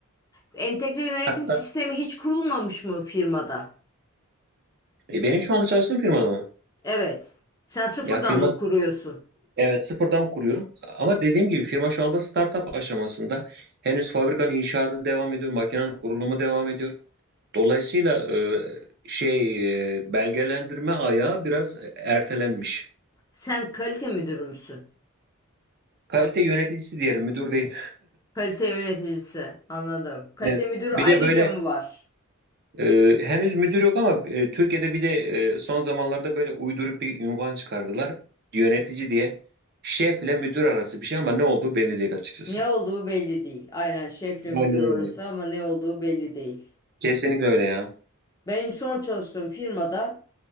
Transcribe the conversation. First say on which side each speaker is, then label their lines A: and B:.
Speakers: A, on the left (about 15°); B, on the right (about 45°).
A: Entegre yönetim
B: <laughs> Hatta
A: sistemi hiç kurulmamış mı firmada?
B: e, benim şu anda çalıştığım firma mı?
A: Evet. Sen sıfırdan
B: ya firma
A: mı kuruyorsun?
B: Evet, sıfırdan kuruyorum. Ama dediğim gibi firma şu anda startup aşamasında. Henüz fabrikanın inşaatı devam ediyor, makinenin kurulumu devam ediyor. Dolayısıyla e, şey e, belgelendirme ayağı biraz ertelenmiş.
A: Sen kalite müdürü müsün?
B: Kalite yöneticisi diyelim, müdür değil.
A: Kalite yöneticisi. Anladım. Kalite
B: Evet.
A: müdürü
B: Bir
A: ayrıca
B: de böyle
A: mı var?
B: e, henüz müdür yok ama e, Türkiye'de bir de e, son zamanlarda böyle uyduruk bir unvan çıkardılar. Yönetici diye. Şefle müdür arası bir şey ama ne olduğu belli değil açıkçası.
A: Ne olduğu belli değil. Aynen şefle müdür
B: Aynen
A: orası
B: öyle.
A: ama ne olduğu belli değil.
B: Kesinlikle öyle ya.
A: Benim son çalıştığım firmada